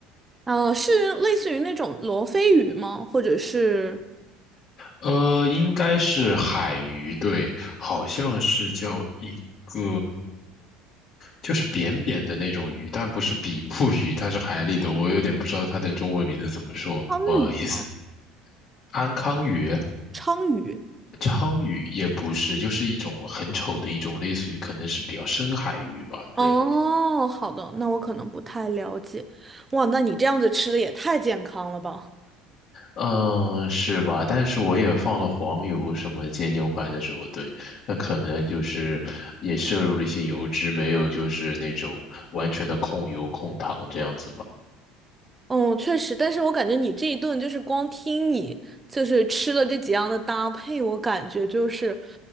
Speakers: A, on the right (about 20°); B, on the left (about 45°).
A: 呃，是类似于那种罗非鱼吗？或者是
B: 呃，应该是海鱼，对，好像是叫一个，就是扁扁的那种鱼，但不是比目鱼，它是海里的，我有点不知道它的中文名字怎么说，
A: 鲳鱼吗？
B: 不好意思。安康鱼、
A: 鲳鱼。
B: 鲳鱼也不是，就是一种很丑的一种，类似于可能是比较深海鱼吧，对。
A: 哦，好的，那我可能不太了解。哇，那你这样子吃的也太健康了吧？
B: 嗯，是吧？但是我也放了黄油，什么煎牛排的时候，对，那可能就是也摄入了一些油脂，没有就是那种完全的控油控糖这样子吧。
A: 嗯，确实，但是我感觉你这一顿就是光听你就是吃了这几样的搭配，我感觉就是，